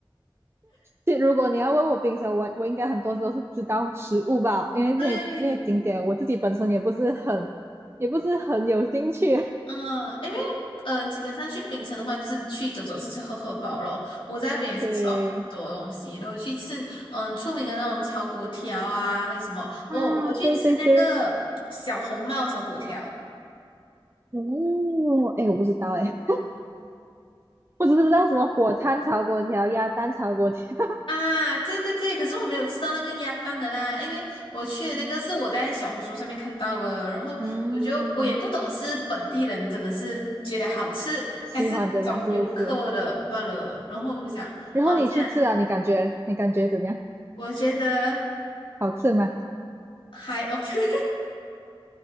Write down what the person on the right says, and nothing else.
其实如果你要问我冰城，我我应该很多时候是知道食物吧，因为那些那些景点我自己本身也不是很
也不是很有兴趣。
对
啊，
对对对，哦，哎，我不知道哎，<laughs> 我只知道什么火炭炒粿条、鸭蛋炒粿条。
嗯
嗯喜欢的嘛，
是不是？
哦，然后你去吃啊，
你感觉你感觉怎样？
好吃吗